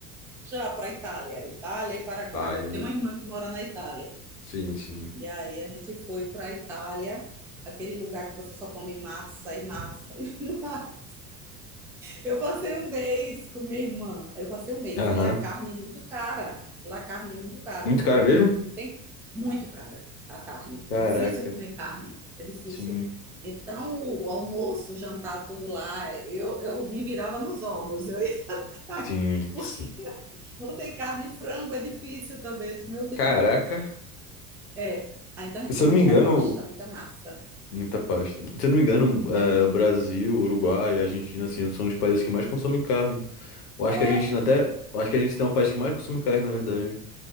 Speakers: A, in the centre; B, on the left.
A: já para a Itália, Itália e Paraguai.
B: Aí,
A: Eu tenho uma irmã que mora na Itália.
B: sim, sim.
A: E aí a gente foi para a Itália, aquele lugar que você só come massa e massa. <laughs> e massa. Eu passei um mês com minha irmã. Eu passei um mês
B: Aham.
A: e lá a carne é muito cara. Lá a carne é muito cara.
B: Muito cara mesmo?
A: Não tem muito cara a carne.
B: Caraca,
A: Difícil comer carne, é difícil.
B: sim.
A: Então, o almoço, o jantar, tudo lá, eu, eu me virava nos ovos. Eu ia <laughs>
B: Sim.
A: porque
B: sim.
A: não tem carne, frango é difícil também. Eu disse, meu Deus.
B: Caraca.
A: É. Ah, então a gente
B: Se
A: come
B: eu não
A: muita
B: me engano,
A: pasta, muita massa.
B: Muita pasta. Se eu não me engano, eh,
A: É.
B: Brasil, Uruguai, Argentina, assim, são os países que mais consomem carne. Eu acho
A: É,
B: que a Argentina até. Eu acho que a Argentina é um país que mais consome carne, na verdade.